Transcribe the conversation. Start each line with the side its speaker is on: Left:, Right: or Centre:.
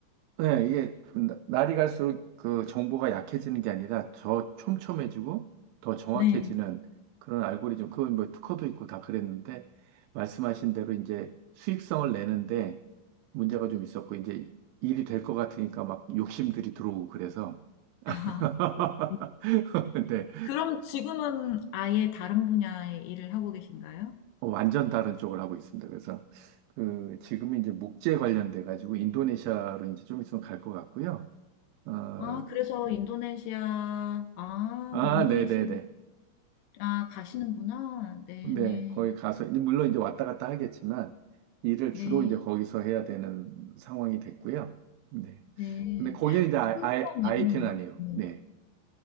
Right: 네, 이게 나- 날이 갈수록 그 정보가 약해지는 게 아니라 더 촘촘해지고 더 정확해지는
Left: 네.
Right: 그런 알고리즘, 그건 뭐 특허도 있고 다 그랬는데 말씀하신 대로 이제 수익성을 내는데 문제가 좀 있었고 이제 일이 될 것 같으니까 막 욕심들이 들어오고 그래서 <laughs>
Left: 아, 그렇군요.
Right: 근데
Left: 그럼 지금은 아예 다른 분야의 일을 하고 계신가요?
Right: 완전 다른 쪽을 하고 있습니다. 그래서 그 지금 이제 목재 관련돼 가지고 인도네시아로 이제 좀 있으면 갈 것 같고요. 어,
Left: 아, 그래서 인도네시아, 아,
Right: 아,
Left: 인도네시아,
Right: 네네네.
Left: 아, 가시는구나. 네네.
Right: 네, 거기 가서, 이제 물론 이제 왔다 갔다 하겠지만, 일을
Left: 네.
Right: 주로 이제 거기서 해야 되는 상황이 됐고요. 네.
Left: 네.
Right: 근데 거기는 이제 아,
Left: 신기하네요.
Right: 아, IT는 아니에요.
Left: 네.
Right: 네.